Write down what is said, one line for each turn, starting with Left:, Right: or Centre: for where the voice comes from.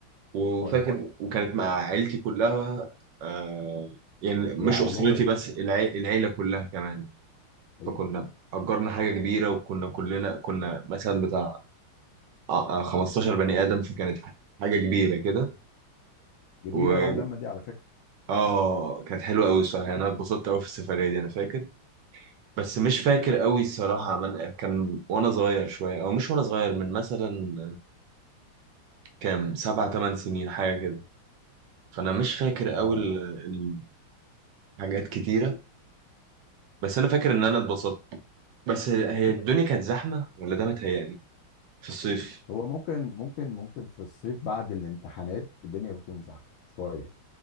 Right: وفاكر
Left: كويس
Right: وكانت مع عيلتي كلها آه يعني مش
Left: هي عائليه
Right: اسرتي
Left: جدا
Right: بس العي- العيلة كلها كمان
Left: حقيقه
Right: فكنا أجرنا حاجة كبيرة وكنا كلنا كنا مثلا بتاع آه، آه، 15 بني آدم فكانت ح- حاجة كبيرة كده
Left: جميله
Right: و
Left: قوي اللمه دي على فكره
Right: اه آه كانت حلوة أوي الصراحة يعني أنا اتبسطت أوي في السفرية دي أنا فاكر بس مش فاكر أوي الصراحة عمل كان وأنا صغير شوية أو مش وأنا صغير من مثلا كام سبع تمن سنين حاجة كده فأنا مش فاكر أوي
Left: اه
Right: ال- الحاجات كتيرة بس أنا فاكر إن أنا اتبسطت بس هي الدنيا كانت زحمة ولا ده متهيألي في الصيف؟
Left: هو ممكن ممكن ممكن في الصيف بعد الامتحانات الدنيا بتكون زحمه شويه